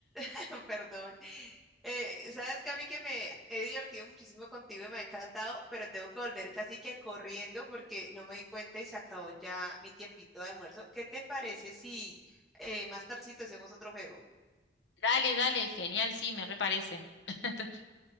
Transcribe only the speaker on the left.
Dale, dale, genial, sí, me reparece. <laughs>